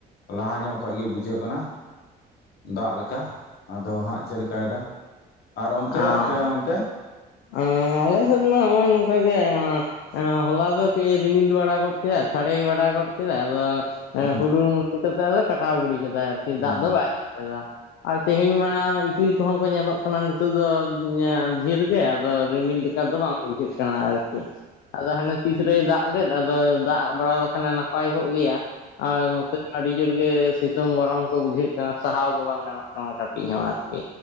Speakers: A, on the left; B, on the left.
A: ᱞᱟᱦᱟ ᱧᱚᱜ ᱠᱷᱚᱭ ᱜᱮ ᱵᱩᱡᱷᱟᱹᱜ ᱠᱟᱱᱟ ᱫᱟᱜ ᱞᱮᱠᱟ। ᱠᱟ ᱟᱫᱚ ᱦᱟᱸᱜ ᱪᱮᱫ ᱞᱮᱠᱟᱭ ᱮᱫᱟ, ᱟᱨ ᱚᱱᱛᱮ
B: ᱚ
A: ᱟᱯᱮᱭᱟᱜ ᱚᱱᱛᱮ?
B: ᱟᱞᱮ ᱥᱮᱛ ᱢᱟ ᱱᱚᱜᱼᱚᱭ ᱱᱚᱝᱠᱟᱜ ᱜᱮ। ᱦᱚᱞᱟ ᱫᱚ ᱠᱟ. ᱭ ᱨᱤᱢᱤᱞ ᱵᱟᱲᱟ ᱜᱚᱫ ᱠᱮᱫᱟ ᱥᱟᱲᱮ ᱵᱟᱲᱟ ᱜᱚᱫ ᱠᱮᱫᱟ ᱟᱫᱚ
A: ᱦᱩᱸ
B: ᱦᱩᱰᱩᱨ ᱢᱩᱪᱩ ᱠᱟᱛᱮ ᱠᱟᱴᱟᱣ ᱜᱤᱰᱤ ᱠᱮᱫᱟᱭ ᱟᱨᱠᱤ
A: ᱦᱮᱸ
B: ᱫᱟᱜ ᱫᱚ ᱵᱟᱭ ᱫᱟᱜ। ᱫᱟᱜ ᱞᱮᱫᱟ, ᱟᱨ ᱛᱮᱦᱮᱧ ᱢᱟ ᱤᱯᱤᱞ ᱠᱚᱦᱚᱸ ᱠᱚ ᱧᱮᱞᱚᱜ ᱠᱟᱱᱟ ᱱᱤᱛ ᱱᱤᱛᱚᱜ ᱫᱚ ᱫᱷᱤᱨ ᱜᱮ ᱟᱫᱚ ᱨᱤᱢᱤᱞ ᱞᱮᱠᱟ ᱫᱚ ᱵᱟᱝ ᱵᱩᱡᱷᱟᱹᱜ ᱠᱟᱱᱟ ᱟᱨ ᱠᱤ। ᱟᱫᱚ ᱦᱟᱱᱮ ᱛᱤᱥ ᱨᱮᱭ ᱫᱟᱜ ᱞᱮᱫ ᱟᱫᱚ ᱫᱟᱜ ᱵᱟᱲᱟ ᱞᱮᱠᱷᱟᱱᱮ ᱱᱟᱯᱟᱭ ᱠᱚᱜ ᱜᱮᱭᱟ। ᱟᱨ ᱱᱚᱛᱮ ᱟᱹᱰᱤ ᱡᱳᱨ ᱜᱮ ᱥᱤᱛᱩᱝ ᱜᱚᱨᱚᱢ ᱠᱚ ᱵᱩᱡᱷᱟᱹᱜ ᱠᱟᱱᱟ ᱥᱟᱦᱟᱣ ᱜᱮ ᱵᱟᱝ ᱜᱟᱱᱚᱜ ᱠᱟᱱᱟ। ᱟᱨ <unintelligible> ᱟᱨᱠᱤ